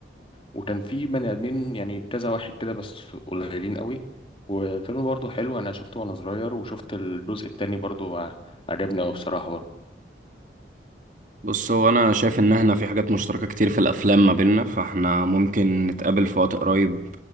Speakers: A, on the left; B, on the right.
A: وكان فيه بني ادمين يعني كذا واحد كده بس قليلين قوي والفيلم برضه حلو انا شفته وانا صغير وشفت الجزء التاني برضه ع- عجبني قوي بصراحة برضه
B: بص هو أنا شايف إن احنا في حاجات مشتركة كتير في الأفلام ما بيننا فاحنا ممكن نتقابل في وقت قريب